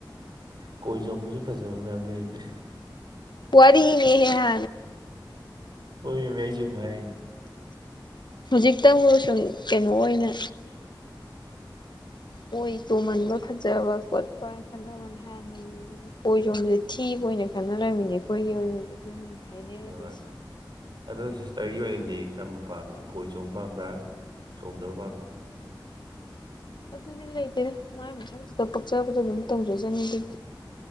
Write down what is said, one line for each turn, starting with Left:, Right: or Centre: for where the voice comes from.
Right: ꯀꯣꯏ ꯆꯣꯝꯕꯁꯨ ꯐꯖꯕ ꯃꯌꯥꯝ ꯂꯩꯕꯅꯤ
Left: ꯋꯥꯔꯤꯅꯦꯍꯦ ꯍꯥ
Right: ꯍꯣꯏꯃꯤ ꯑꯩꯁꯨ ꯁꯨꯝ ꯍꯥꯏꯔꯤꯅꯤ
Left: ꯍꯧꯖꯤꯛꯇꯕꯨ ꯁꯨꯝ ꯀꯩꯅꯣ ꯑꯣꯏꯅ ꯀꯣꯏ ꯆꯣꯝꯍꯟꯟꯕ ꯐꯖꯕ ꯈꯣꯠꯄꯥꯅ ꯈꯟꯅꯕ ꯋꯥꯅꯦ ꯍꯥ ꯀꯣꯏ ꯆꯣꯝꯕꯁꯦ ꯊꯤꯕ ꯑꯣꯏꯅ ꯈꯥꯟꯅꯔꯝꯃꯤꯅꯦ ꯈꯣꯏꯒꯤ ꯑꯣꯏꯅꯗꯤ ꯑꯗꯨꯅꯅꯦ ꯍꯥꯏꯅꯔꯝꯃꯤꯁꯤ
Right: ꯍꯣꯏ ꯑꯗꯣ ꯁꯤꯁꯇꯔꯒꯤ ꯑꯣꯏꯅꯗꯤ ꯀꯔꯝꯕ ꯄꯥꯝꯃꯤ ꯀꯣꯏ ꯆꯣꯝꯕ ꯄꯥꯝꯕ꯭ꯔꯥ ꯆꯣꯝꯗꯕ ꯄꯥꯝꯕ꯭ꯔꯥ
Left: ꯑꯗꯨꯗꯤ ꯂꯩꯇꯦ ꯃꯥꯏ ꯃꯁꯛꯇꯨꯗ ꯄꯛꯆꯕꯗꯣ ꯑꯗꯨꯝ ꯇꯧꯖꯖꯅꯤꯗ